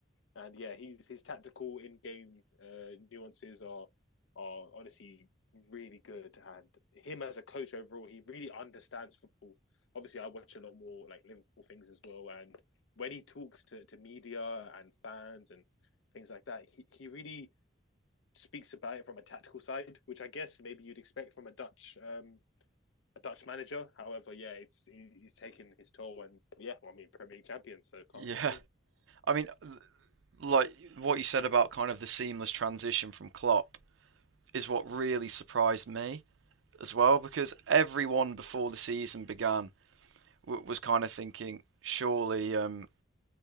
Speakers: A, on the left (about 80°); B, on the right (about 80°).
A: and yeah, he's his tactical in game uh, nuances are are honestly really good. And him as a coach overall, he really understands football. Obviously, I watch a lot more like Liverpool things as well. And when he talks to, to media and fans and things like that, he, he really speaks about it from a tactical side, which I guess maybe you'd expect from a Dutch um, a Dutch manager. However, yeah, it's he's taken his toll, and yeah, well, I mean Premier League champions, so
B: Yeah,
A: can't complain.
B: I mean, like what you said about kind of the seamless transition from Klopp is what really surprised me as well because everyone before the season began w- was kind of thinking surely um,